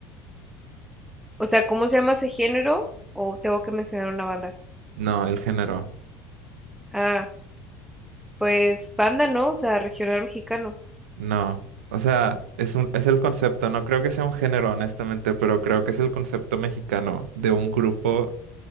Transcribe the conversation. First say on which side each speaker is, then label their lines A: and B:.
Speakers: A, in the centre; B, on the right (about 80°).
A: O sea, ¿cómo se llama ese género? ¿O tengo que mencionar una banda?
B: No, el género.
A: Ah, pues banda, ¿no? O sea, regional mexicano.
B: No, o sea, es un, es el concepto, no creo que sea un género, honestamente, pero creo que es el concepto mexicano de un grupo